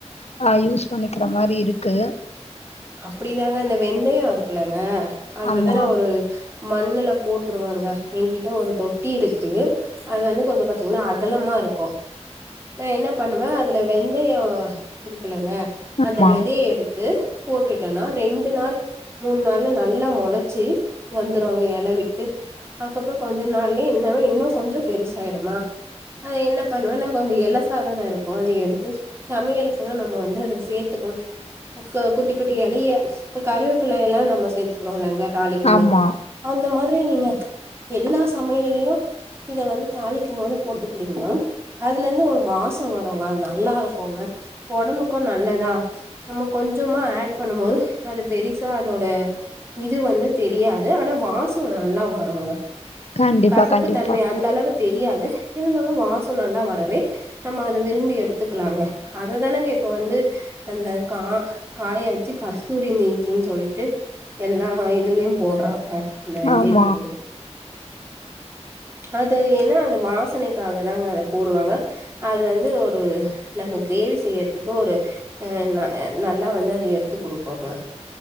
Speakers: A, on the left (about 65°); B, on the right (about 20°).
A: அ யூஸ் பண்ணிக்கிற மாரி இருக்கு
B: அப்டிதாங்க இந்த வெந்தயோ இருக்கலங்க அது
A: ஆமா
B: வந்து நா ஒரு மண்ணுல போட்டுருவாங்க எங்கிட்ட ஒரு தொட்டி இருக்கு அது வந்து கொஞ்சோ பாத்தீங்கன்னா அகலமார் ருக்கோ நா என்ன பண்ணுவ அதுல வெந்தயோ இருக்கலங்க
A: ஆமா
B: அந்த வெதைய எடுத்து போட்டுட்டேனா ரெண்டு நாள் மூண் நாள்ல நல்லா மெளச்சி வந்துரோங்க எலவிட்டு அதுக்கப்புறோ கொஞ்ச நாள்ளே என் இன்னு கொஞ்சோ பெருசாய்டுமா அத என்ன பண்ணுவேன்னா கொஞ்சோ எலசாதான இருக்கு அத எடுத்து சமையல்க்குல்லா நம்ப வந்து அத சேர்த்துட் குனு அக்கா கூப்டிக் கூட்டிய எளைய இப்ப கருவேப்பிள்ள எல்லா நம்ம சேர்த்துக்குறோ இலங்க தாளிக்கும்
A: ஆமா
B: போது அந்த மாரி <unintelligible> நீங்க எல்லா சமையல்லயு இத வந்து தாளிக்கும் போது போட்டுக்கிட்டீங்கனா அதுலந்து ஒரு வா சோ வரோங்க அது நல்லாருக்கோங்க ஒடம்புக்கு நல்லதா நம்ம கொஞ்சம் ஆட் பண்ணும்போது அது பெருசா அதோட இது வந்து தெரியாது ஆனா வாசோ நல்லா வரோங்க
A: கண்டிப்பா
B: கசப்பு
A: கண்டிப்பா
B: தன்மை அந்த அளவுக் தெரியாது இருந்தாலு வாசோ‌ நல்லா வரவே நம்ம அத விரும்பி எடுத்துக்கலாங்க அதுதானேங்க இப்ப வந்து அந்த கா காய வெச் சி கஸ்தூரி மீ்த்தின்னு சொல்லிட்டு எல்லா இதுலயு போடுறாங்க அந்த வெந்தைய
A: ஆமா
B: கீரே அது ஏன்னா அந்த வாசனைக்காக தாங்க அத போடுவாங்க அது வந்து ஒரு நம்ம கிரேவி செய்யற்துக்கு ஒரு அ ந அ நல்லா வந்து அது எடுத்து குடுக்கோங்க